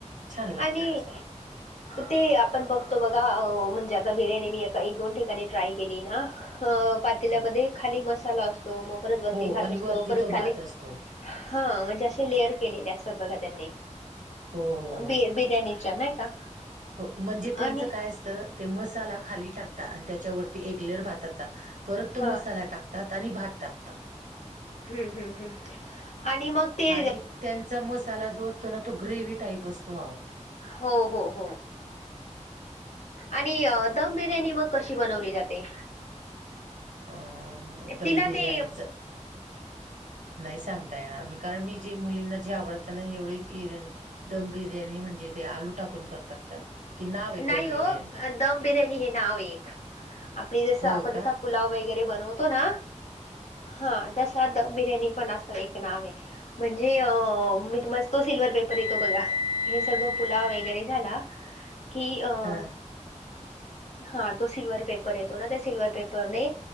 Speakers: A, on the right; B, on the left.
A: छान लागतो
B: आणि
A: तसा
B: ते आपण बघतो बघा, म्हणजे आता बिर्याणी मी एका एक दोन ठिकाणी ट्राय केली ना, अ पातेल्यामध्ये
A: पण
B: खाली मसाला असतो, मग परत वरती
A: हो
B: भात
A: आणि
B: असतो
A: वरती
B: परत
A: तो भात
B: खाली
A: असतो
B: हां, म्हणजे अशे लेअर केलेले असतात बघा त्यांनी.
A: हो हो. हो
B: बि बिर्याणीच्या नाही का.
A: हो, म्हणजे त्यांचं
B: आणि
A: काय असतं, ते मसाला खाली टाकता आणि त्याच्यावरती एकलेअर भाताचा. परत तो
B: हा
A: मसाला टाकतात, आणि भात टाकतात.
B: हम्म हम्म हम्म, आणि मग ते
A: आणि त्यांचा मसाला जो असतो ना, तो ग्रेव्ही टाईप असतो.
B: हो हो हो. आणि, दम बिर्याणी मग कशी बनवली जाते?
A: अ दम
B: तिला
A: बिर्याणीचं
B: ते
A: नाही सांगता येणार, मी कारण मी जे मुलींना जे आवडतं ना, एवढी बिर्याणी दम बिर्याणी म्हणजे ते, आलू टाकून करतात का? कि नाव आहे दम
B: नाही
A: बिर्याणी
B: ओ, दम बिर्याणी हे नाव एक, आपली जसं
A: हो
B: आपण
A: का?
B: जसं पुलाव वगैरे बनवतो ना, हा तसा बिर्याणी पण असं एक नावये. म्हणजे, मी मस्तो सिल्व्ह पेपर येतो बघा, हे सगळं पुलाव वगैरे झाला कि अं,
A: हा
B: हा तो सिल्वर पेपर येतो ना, त्या सिल्वर पेपरने